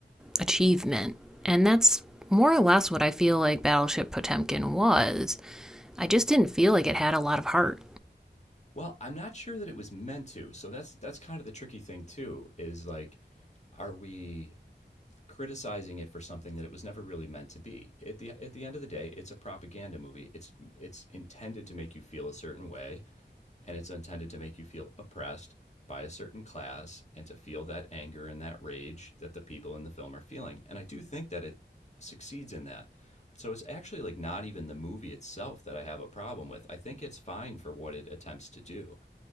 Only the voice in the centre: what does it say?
achievement. And that's more or less what I feel like Battleship Potemkin was. I just didn't feel like it had a lot of heart,